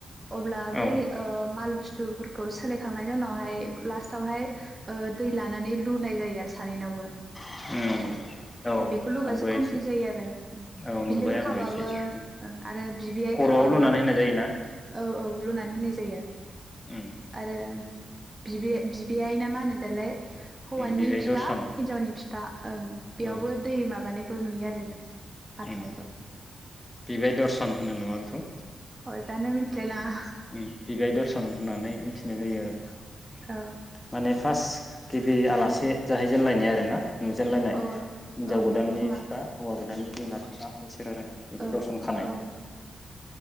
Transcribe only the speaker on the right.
अब्ला
बै ओ माल बुस बुस्थुफोरखौ सोलायखांनायनि उनावहाय लास्टावहाय ओ दै लानानै लुनाय जायो आरो सानैनाव। बो
बेखौ लुबासो
कमप्लिट
जायो आरो
बिलोगो
खाबाबो
ओ आरो बिबैयाइ
खाबाबो
औ
औ। लुनानै होनाय जायो
आरो ओं बिबैयाय बिबैयाय नामा होनो दालाय हौवानि
फिफा
हिनजावनि फिफा ओं बेयावबो
दै माबानाय बो नुयो आरो जों। सारनायखौ
अलटानो मिथिलाय लाङा।
औ
औ
औ
नंगौ खोमा
औ
औ